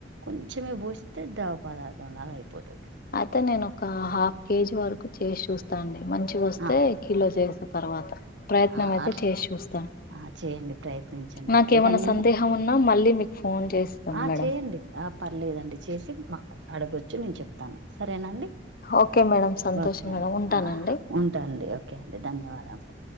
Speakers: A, on the right (about 75°); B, on the left (about 50°).
A: కొంచమే పోోసిస్తే దవ పదార్థంలాగా అయిపోతుంది
B: అయితే నేను ఒక హాఫ్ కేజీ వరకు చేసి చూస్తా అండి మంచిగా వస్తే
A: ఆ
B: కిలో చేస్తా తర్వాత ప్రయత్నం
A: ఆ
B: అయితే
A: అట్
B: చేసి చూస్తాను
A: ఆ చేయండి ప్రయత్నించండి
B: నాకేమనా
A: ఏదన్నా
B: సందేహం ఉన్నా మళ్ళీ మీకు ఫోన్ చేస్తాను
A: ఆ
B: మేడం
A: చేయండి ఆ పర్లేదండి చేసి మా అడగొచ్చు నేను చెప్తాను సరేనాండి
B: ఓకే మేడం సంతోషం
A: ఓకే అండి
B: మేడం ఉంటానండి
A: ఆ ఉంటాండి ఓకే అండి ధన్యవాదాలు ఆ